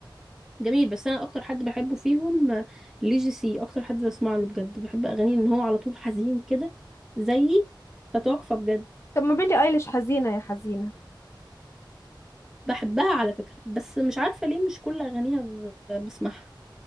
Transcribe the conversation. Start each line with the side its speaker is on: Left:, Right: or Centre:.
Centre: جميل بس انا اكتر حد بحبه فيهم آه، ليجي سي اكتر حد بسمع له بجد بحب اغانيه ان هو على طول حزين كده زيي فتحفة بجد
Left: طب ما بيلي أيليش حزينة يا حزينة
Centre: بحبها على فكرة بس مش عارفة ليه مش كل اغانيها ب- بسمعها